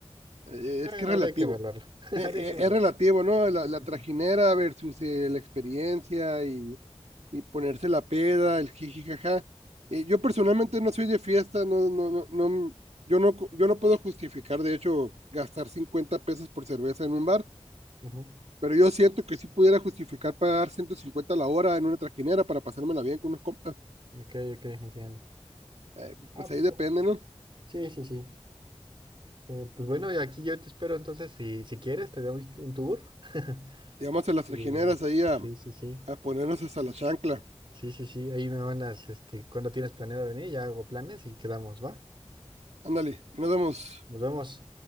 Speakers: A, on the right (about 80°); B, on the right (about 50°).
A: Eh,
B: bueno,
A: es que es relativo.
B: habría que evaluarlo. <laughs>
A: Eh,
B: Habría
A: eh,
B: que evaluarlo.
A: es relativo, ¿no? La,
B: Sí,
A: la
B: sí,
A: trajinera
B: sí.
A: versus eh, la experiencia y, y ponerse la peda, el jiji, jaja. Eh, yo personalmente no soy de fiesta, no, no, no, no, yo no, yo no puedo justificar, de hecho, gastar 50 pesos por cerveza en un bar,
B: Ujú.
A: pero yo siento que sí pudiera justificar pagar 150 la hora en una trajinera para pasármela bien con unos compas.
B: Ok, ok, entiendo.
A: Eh,
B: Ah,
A: pues
B: pues
A: ahí depende,
B: bueno.
A: ¿no?
B: sí, sí, sí. Eh, pues bueno, y aquí yo te espero entonces, si, si quieres, te doy un tour. <laughs>
A: Llegamos a las
B: Y
A: trajineras ahí a,
B: sí, sí, sí.
A: a ponernos hasta la chancla.
B: Sí, sí, sí, ahí me mandas, este, cuando tienes planeado venir, ya hago planes y quedamos, ¿va?
A: Ándale, y nos vemos.
B: Nos vemos.